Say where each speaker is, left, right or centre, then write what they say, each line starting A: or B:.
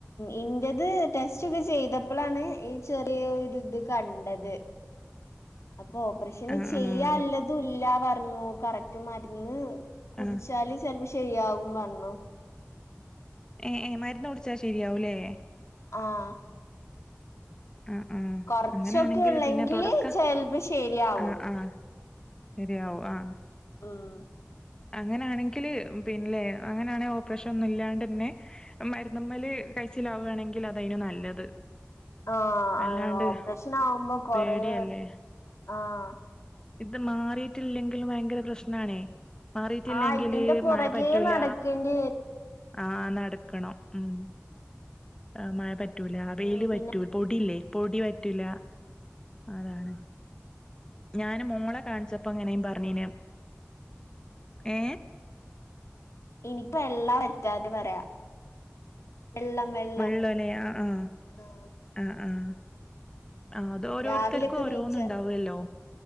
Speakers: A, on the left; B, on the left.
A: ഇന്റത് ടെസ്റ്റ് ഒക്കെ ചെയ്തപ്പളാണ് ഈ ചെറിയ ഒര്ത് കണ്ട ണ്ടത്. അപ്പൊ ഓപ്പറേഷന്
B: ആഹ്
A: ചെയ്യാല്ലതുല്ലാ
B: ആഹ്
A: പറഞ്ഞു കറക്റ്റ് മരുന്ന് കുടിച്ചാല്
B: ആഹ്
A: ചെൽപ്പം ശരിയാവും പർഞ്ഞു.
B: ഏ ഏ മരുന്ന് കുടിച്ചാ ഷെരിയാവുലെ
A: ആഹ
B: ആഹ ആഹ
A: കൊറച്ചൊക്കെ
B: അങ്ങനെയാണെങ്കിൽ
A: ഉള്ളെങ്കില്
B: പിന്നെ തുടക്ക
A: ചെലപ്പോ ശരിയാവും
B: ആഹ ആഹ ശരിയാവും ആ
A: ഉം
B: അങ്ങനാണെങ്കില് പിന്നലെ അങ്ങനൊണെങ്കിൽ ഓപ്പറേഷോന്നുല്ലാണ്ടന്നെ മരുന്നുമ്മല് കഴിച്ചിലാവാണെങ്കിൽ അതെയ്നു നല്ലത്.
A: ആ
B: അല്ലാണ്ട്
A: ആഹ് ഓപ്പറേഷനാവുമ്പോ കൊറേ
B: പേടിയല്ലേ
A: ആഹ
B: ഇത് മാറിട്ടില്ലെങ്കിലും ഭയങ്കര പ്രശ്നണെ മാറിട്ടില്ലെങ്കില്
A: ആഹ് ഇതിന്റെ പുറകേ
B: മഴ പറ്റൂല
A: നടക്കേണ്ടി വരും
B: ആ നടക്കണം ഉം എ മഴ പറ്റൂല വെയ്ല്
A: ഉം
B: പറ്റൂ
A: പിന്നെ
B: പൊടില്ലേ പൊടി പറ്റൂല അതാണ് ഞാന് മോളെ കാണിച്ചപ്പോ അങ്ങനേം പറഞ്ഞീനെ ഏ
A: ഇനിപ്പ എല്ലാം പറ്റാതെ പറയാ വെള്ളം വെള്ളം
B: വെള്ളോലി ആഹ ആഹ
A: ആഹ്
B: ആഹ ആഹ ആ അത് ഓരോരുത്തര്ക്കും
A: രാവിലെയൊക്കെ
B: ഓരോന്ന്
A: നീച്ചാ
B: ണ്ടാവല്ലോ